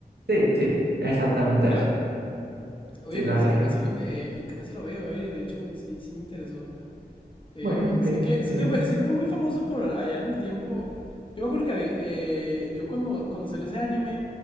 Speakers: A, on the right; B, on the left.
A: Sí, sí, exactamente
B: Ya.
A: eso.
B: Oye,
A: Sí,
B: pues
A: la verdad
B: capaz
A: es que,
B: sí lo, eh, y capaz sí lo veo, eh. De hecho, sí, sí me interesó. Eh,
A: bueno,
B: sé
A: que está
B: que, sé
A: bien.
B: que fue, sé que fue muy famoso por allá en el tiempo. Yo me acuerdo que eh, yo cuando, cuando salió ese anime,